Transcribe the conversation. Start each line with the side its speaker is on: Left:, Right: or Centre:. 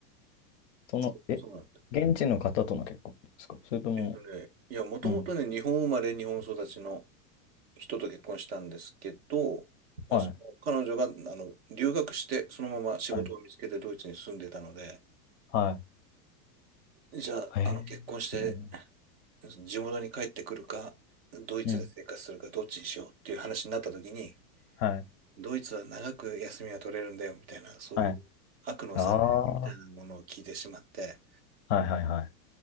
Left: その、
Right: そうそうなんだ。
Left: え、現地の方との結婚ですかそれとも、
Right: えっとね、いや、もともとね、
Left: うん。
Right: 日本生まれ、日本育ちの人と結婚したんですけど、あその彼女があの留学して、
Left: はい。
Right: そのまま仕事を見つけてドイツに住んでたので、
Left: はい。は
Right: じゃあ、
Left: い。へえ、
Right: あの結婚して、
Left: すごいね。
Right: 地元に帰ってくるか、ドイツで生活するか、
Left: うん。
Right: どっちにしようっていう話になった時に、
Left: はい。
Right: ドイツは長く休みが取れるんだよみたいな、そういう悪のささやきみたいなものを聞いてしまって、
Left: はい。ああ。はいはいはい。